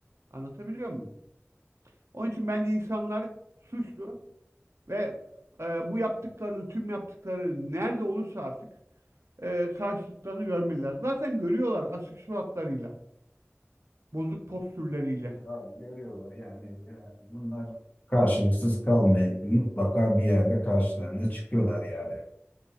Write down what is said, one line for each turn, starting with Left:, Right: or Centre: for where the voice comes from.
Right: Anlatabiliyor muyum? Onun için bence insanlar suçlu ve e, bu yaptıklarının, tüm yaptıkları nerede olursa artık e, karşılıklarını görmeliler. Zaten görüyorlar asık suratlarıyla, bozuk postürleriyle.
Left: Görüyorlar abi, görüyorlar yani ya bunlar karşılıksız kalmayı mutlaka bir yerde karşılarına çıkıyorlar yani.